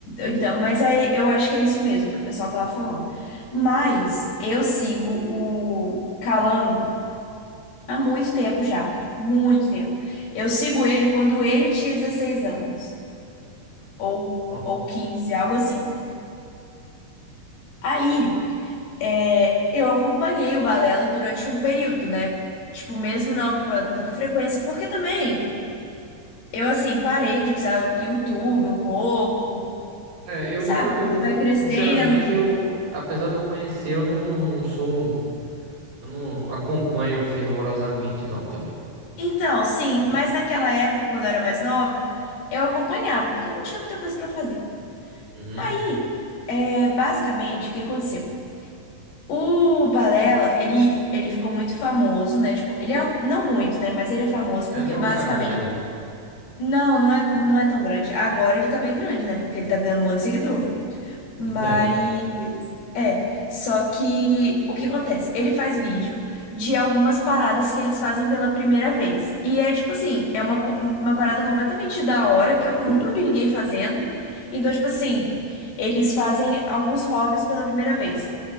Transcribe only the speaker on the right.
ó.
É, eu
nunca, eu
não,
sinceramente, eu, apesar de eu conhecer, eu não, não, não sou um, eu não, não acompanho fervorosamente, não, também.
Uhum.
É,
não é
um canal grande, não.
<laughs> É,